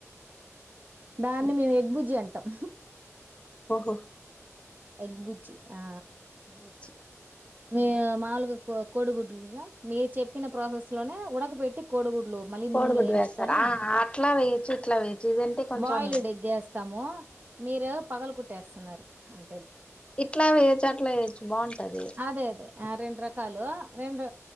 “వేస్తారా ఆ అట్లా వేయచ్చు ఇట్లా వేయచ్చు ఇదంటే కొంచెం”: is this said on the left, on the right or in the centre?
Left